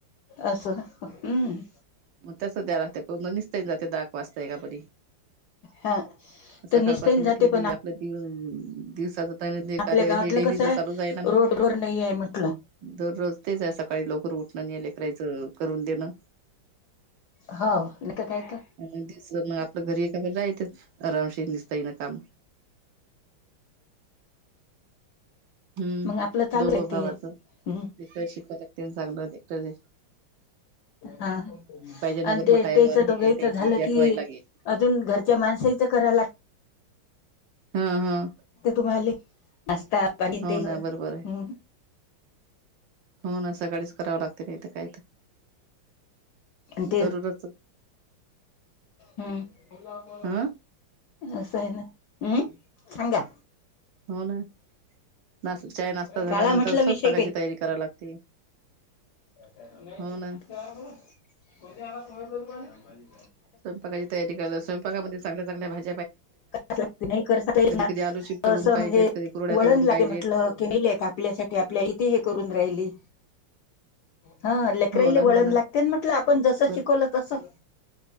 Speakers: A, on the left; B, on the right.
A: अससं हम्मं
B: मग त्यास द्या लागते निस्ते जाते दाग वाचताय का बरी
A: हा
B: सकाळपासून
A: तर निसटून जाते
B: उठलं की
A: पण
B: आपलं दिवसं. दिवसाचं दैनंदिय
A: आपल्या
B: कार्य
A: गावातलं
B: हे डेलीचं
A: कसं
B: चालूचचं आहे ना मग.
A: रोडवर नाही आहे म्हटलं
B: दररोज तेच आहे सकाळी लवकर उठणं न्यारी करायचं करून देणं
A: हो नाही तर काय तर
B: मग दिस मग आपल्या घरी एका राहतच आरामशीर दिसतंय ये ना काम हम्म
A: मग आपलं चालू
B: दोघो
A: आहे
B: भावाचं
A: ते हम्म,
B: तिकडे शिकवतते चांगलं एकटं.
A: हा
B: ना
A: आणि
B: बरोबर
A: ते
B: टायमावर
A: त्याचं दोघांचं
B: हे त्याची
A: झालं
B: आठवाय
A: की.
B: लागेल.
A: अजून घरच्यां माणसांचं करायंला लागतं
B: हा हा
A: ते तुम्हांले असं चहा पाणी तेचं
B: हो ना बरोबर आहे
A: हम्
B: हो नां सकाळीचं करावं लागते नाहीं तरं कायं तरं
A: आणि
B: दररोज
A: हम्मं
B: हा
A: असं आहे नां हम्मं सांगा.
B: हो. ना. ना चाय नाश्ता झाल्यानंतर
A: काळा म्हटलं विषय
B: स्वयंपाकाची तयारी करावी लागते.
A: नाही
B: हो ना
A: तेर क आ <inaudible> <unintelligible>
B: स्वयंपाकाची तयारी करायला स्वयंपाकामध्ये चांगल्या चांगल्या भाज्यां.
A: करांच लागते नाहीं करत नां
B: कधी आलू चिप्स तळून
A: असं
B: पाहिजेत
A: म्हणजे
B: कधी कुरड्या
A: वळणं
B: तळून
A: लागे
B: पाहिजेत
A: म्हटलं की नाहीं आपल्या सांठी आपलीं आई इंथे हे करूंन राहीली
B: ह <unintelligible>
A: हा लेकराले
B: हो ना
A: वळण
B: हो
A: लागते ना आपण जसं
B: बर
A: शिकवलं तसं